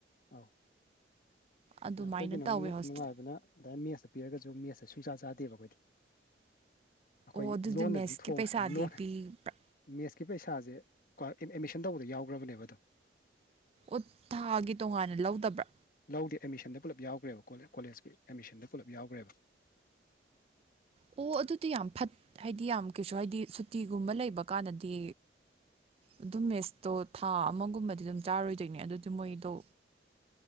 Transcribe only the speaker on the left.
ꯑꯥꯎ
ꯑꯩꯈꯣꯏꯒꯤꯅ
ꯑꯃꯨꯛ ꯅꯨ
ꯅꯨꯉꯥꯏꯕꯅ ꯑꯗꯥꯏ ꯃꯦꯁꯇ ꯄꯤꯔꯒꯖꯨ ꯃꯦꯁꯇ ꯁꯨꯡꯆꯥ ꯆꯥꯗꯦꯕ ꯑꯈꯣꯏꯗꯤ ꯑꯈꯣꯏ
ꯂꯣꯟꯅ
ꯑꯗꯨꯝ ꯊꯣꯡꯉ
ꯂꯣꯟ
ꯃꯦꯁꯀꯤ ꯄꯩꯁꯥꯖꯦ ꯈ꯭ꯋꯥꯢ ꯑꯦ ꯑꯦ ꯑꯦꯝꯃꯤꯁꯟ ꯇꯧꯕꯗ ꯌꯥꯎꯒ꯭ꯔꯕꯅꯦꯕ ꯑꯗꯨꯝ
ꯂꯧꯗꯦ ꯑꯦꯃꯤꯁꯟꯗ ꯄꯨꯂꯞ ꯌꯥꯎꯒ꯭ꯔꯦꯕ ꯀꯣꯜ ꯀꯣꯂꯦꯖꯀꯤ ꯑꯦꯃꯤꯁꯟꯗ ꯄꯨꯂꯞ ꯌꯥꯎꯒ꯭ꯔꯦꯕ